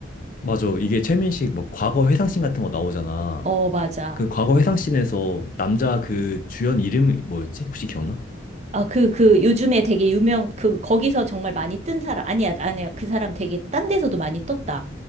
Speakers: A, on the left (about 45°); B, on the right (about 35°).
A: 맞아. 이게 최민식 막 과거 회상씬 같은 거 나오잖아.
B: 어, 맞아.
A: 그 과거 회상씬에서 남자 그 주연 이름이 뭐였지? 혹시 기억나?
B: 아, 그, 그, 요즘에 되게 유명, 그, 거기서 정말 많이 뜬 사람. 아니야, 아니야. 그 사람 되게 딴 데서도 많이 떴다.